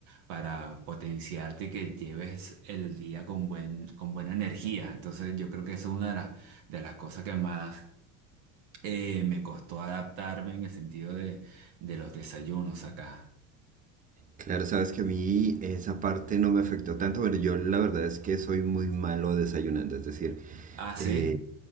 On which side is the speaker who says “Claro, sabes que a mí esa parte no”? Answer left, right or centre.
Right